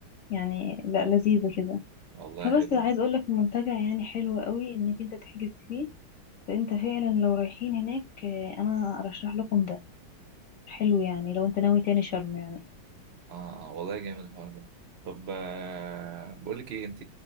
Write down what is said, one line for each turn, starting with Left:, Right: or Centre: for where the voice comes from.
Left: يعني لا لذيذة كده
Right: والله
Left: فبس
Right: حلو
Left: عايز اقول لك المنتجع يعني حلو قوي انك انت تحجز فيه فانت فعلا لو رايحين هناك آه، انا ارشح لكم ده حلو يعني لو انت ناوي تاني شرم يعني
Right: اه, آه والله جامد الحوار ده طب آه بقول لك ايه انت